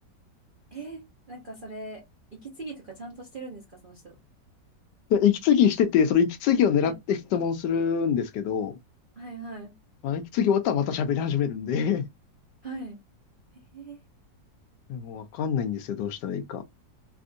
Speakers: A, on the right; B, on the left.
A: えーなんかそれ、息継ぎとかちゃんとしてるんですか、その人。
B: で息継ぎしてて、その息継ぎを狙って質問するんですけど、
A: はい。はい。はい。
B: まあ、息継ぎ終わったらまた喋り始めるんで
A: はい。え
B: <laughs> もうわかんないんですよ。どうしたらいいか。